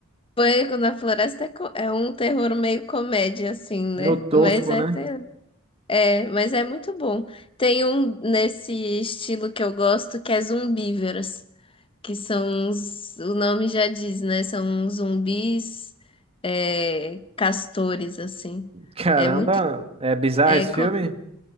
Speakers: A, on the left; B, on the right.
A: Pânico na Floresta é co- é um terror meio comédia, assim, né?
B: Meu tosco,
A: Mas é,
B: né?
A: ter- é, mas é muito bom. Tem um nesse estilo que eu gosto que é Zumbíveros. que são os, o nome já diz, né? São zumbis, é, castores, assim.
B: <laughs> Caramba,
A: É muito.
B: é bizarro
A: É,
B: esse
A: co-
B: filme?